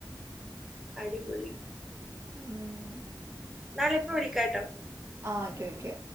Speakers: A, in the centre; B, on the right.
A: അടിപൊളി
B: ഹ്മ്
A: നാളെ പ്പോ വിളിക്കാട്ടോ
B: ആ ഓക്കെ ഓക്കെ